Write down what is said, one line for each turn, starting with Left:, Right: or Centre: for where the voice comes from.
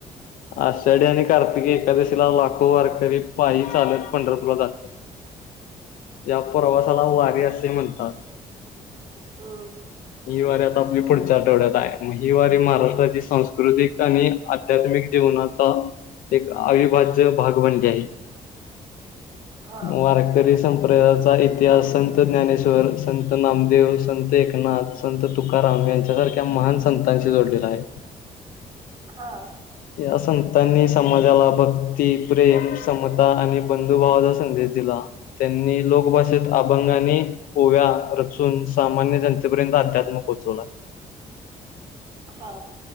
Left: आषाढी आणि कार्तिकी एकादशीला लाखो वारकरी पायी चालत पंढरपूरला जातात या प्रवासाला वारी असे म्हणतात
Right: हम
Left: ही वारी आता आपली पुढच्या आठवड्यात आहेग ही वारी महाराष्ट्राची सांस्कृतिक आणि आध्यात्मिक जीवनाचा एक अविभाज्य भाग बनले आहे
Right: हां.
Left: वारक तरी संप प्रेराचा इतिहास संत ज्ञानेश्वर संत नामदेव संत एकनाथ संत तुकाराम यांच्यासारख्या महान संतांशी जोडलेला आहे
Right: हा
Left: या संतांनी समाजाला भक्ती प्रेम समता आणि बंधुभावाचा संदेश दिला त्यांनी लोकभाषेत
Right: हं.
Left: अभंगाने ओव्या रचून सामान्य जनतेपर्यंत अध्यात्म पोहोचवला
Right: हा